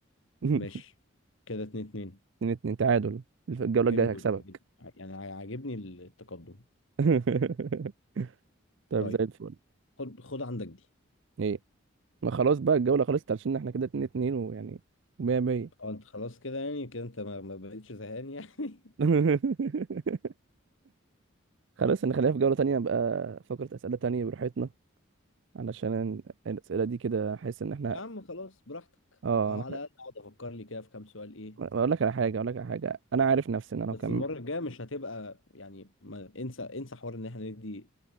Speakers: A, on the right; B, on the left.
A: <laughs>
B: ماشي كده اتنين اتنين
A: اتنين اتنين تعادل الف- الجولة
B: حلو
A: الجاية هكسبك
B: ده عاجبني يعني عاجبني التقدم
A: <laughs> طيب
B: طيب
A: زي الفل
B: خد خد عندك دي
A: ايه ما خلاص بقى الجولة خلصت عشان احنا كده اتنين اتنين ويعني ومية مية
B: اه انت خلاص كده يعني كده انت ما, ما بقتش زهقان يعني <laughs>
A: <laughs> خلاص نخليها في جولة تانية بقى فقرة أسئلة تانية براحتنا علشان الأسئلة دي كده أحس إن إحنا
B: يا عم خلاص براحتك
A: آه
B: اهو
A: أنا
B: على الاقل اقعد افكر لي كده في كام سؤال ايه
A: أقول لك على حاجة أقول لك على حاجة أنا عارف نفسي إن أنا
B: بس
A: لو كم
B: المرة الجاية مش هتبقى يعني ما انسى انسى حوار ان احنا ندي